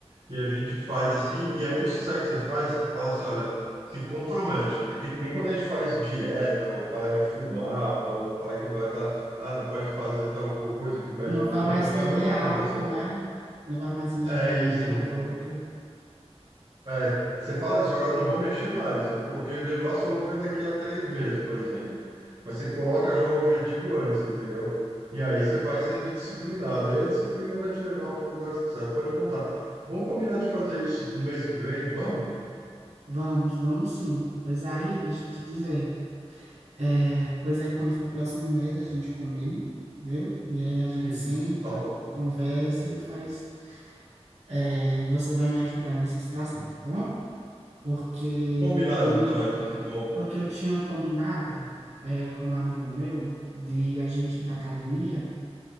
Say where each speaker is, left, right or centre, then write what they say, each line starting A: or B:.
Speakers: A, on the right (about 45°); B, on the right (about 85°).
A: e a gente faz assim, e aí você sabe o que você faz? Você fala assim, olha, se compromete, que nem quando a gente faz dieta ou para de fumar ou fala que não vai estar ah, não pode fazer tal coisa que o médico
B: Não vai
A: manda,
B: mais
A: faz
B: beber
A: a mesma
B: álcool,
A: coisa, fala assim, olha,
B: né? Não vai mais ingerir
A: é
B: bebida
A: isso,
B: alcoólica.
A: não- é, você fala isso, agora eu não vou mexer mais, eu coloquei o dinheiro lá, só vou ver daqui a três meses, por exemplo. Mas você coloca já o objetivo antes, entendeu? E aí você vai sendo disciplinado, aí a disciplina vai te levar para o lugar certo, pode contar. Vamos combinar de fazer isso no mês que vem, vamos?
B: Vamos, vamos sim. Pois aí, deixa eu te dizer. É, pois aí, quando for o próximo mês, a gente combina, viu? E aí a gente
A: Isso,
B: senta,
A: tá bom.
B: conversa e faz. é, e você vai me ajudar nessa situação, tá bom? Porque
A: Combinado
B: eu
A: então,
B: me,
A: então que bom.
B: porque eu tinha combinado, é, com um amigo meu de a gente ir pra academia